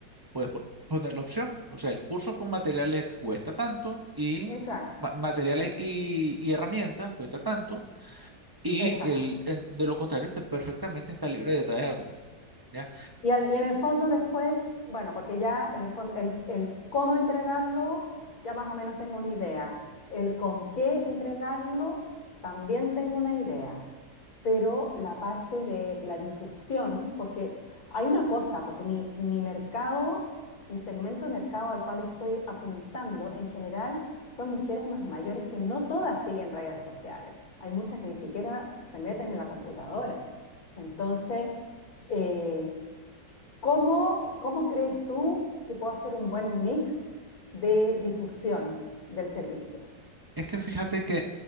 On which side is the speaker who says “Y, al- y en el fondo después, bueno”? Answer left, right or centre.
Left